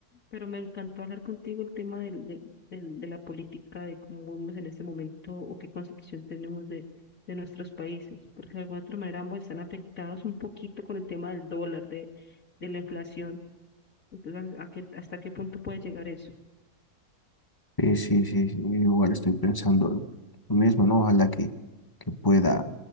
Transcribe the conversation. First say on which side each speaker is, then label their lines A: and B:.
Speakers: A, on the left; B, on the left.
A: pero me encantó hablar contigo el tema del, de, del- de la política, de cómo vemos en este momento o qué concepción tenemos de, de nuestros países, porque de alguna otra manera ambos están afectados un poquito con el tema del dólar, de, de la inflación. Entonces, ¿a qué, hasta qué punto puede llegar eso?
B: Sí, sí, sí, sí, igual estoy pensando lo mismo, ¿no? Ojalá que, que pueda,